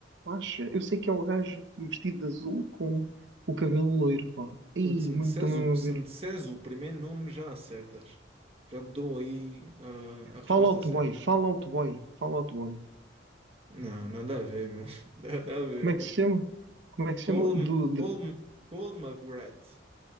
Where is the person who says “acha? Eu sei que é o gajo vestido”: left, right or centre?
Right